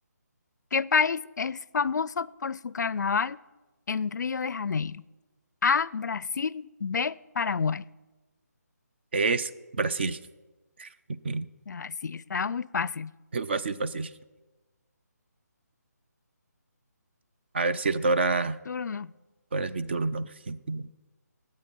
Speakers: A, on the left; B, on the right.
A: ¿Qué país es famoso por su carnaval en Río de Janeiro? A, Brasil, B, Paraguay.
B: Es Brasil. <laughs>
A: Ah, sí, estaba muy fácil.
B: Fácil, fácil. A ver, cierto, ahora,
A: Turno.
B: ahora es mi turno. <laughs>